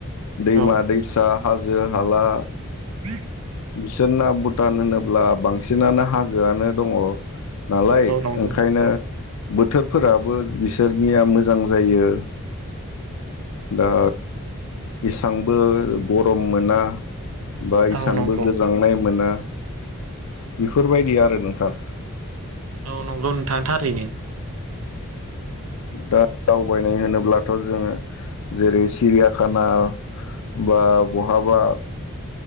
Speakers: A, on the left (about 80°); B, on the right (about 75°).
A: दैमा-दैसा।
B: औ
A: हाजो-हाला।
B: <inaudible>
A: बिसोरना भुटान होनोब्ला बांसिनानो हाजोआनो दङ'। नालाय
B: औ नंगौ
A: ओंखायनो। बोथोरफोराबो बिसोरनिया मोजां जायो दा इसांबो गरम मोना। बे
B: औ नंगौ
A: गोजांनाय मोना। बेफोरबायदि आरो नोंथां।
B: औ नंगौ नोंथां थारैनो।
A: दा दावबायनाय होनोब्लाथ' जोङो जेरै सिरियाखाना बा बहाबा